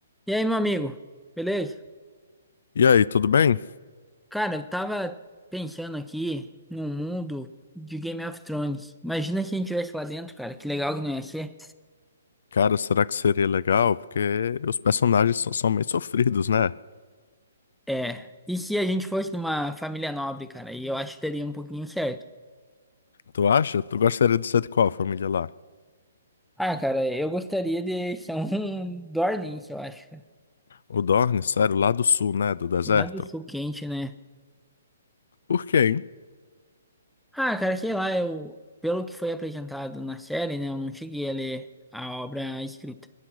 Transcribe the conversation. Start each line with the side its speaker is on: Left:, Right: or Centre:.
Centre: E aí, meu amigo, beleza?
Left: E aí, tudo bem?
Centre: Cara, eu tava pensando aqui num mundo de Game of Thrones. Imagina se a gente tivesse lá dentro, cara, que legal que não ia ser.
Left: Cara, será que seria legal? Porque os personagens são, são meio sofridos, né?
Centre: É, e se a gente fosse numa família nobre, cara, e eu acho que daria um pouquinho certo.
Left: Tu acha? Tu gostaria de ser de qual família lá?
Centre: Ah, cara, eu gostaria de ser um <laughs> Dornish, eu acho, cara.
Left: O Dorne, sério, lá do sul, né? Do deserto?
Centre: Lá do sul quente, né?
Left: Por quê, hein?
Centre: Ah, cara, sei lá, eu, pelo que foi apresentado na série, né, eu não cheguei a ler a obra escrita,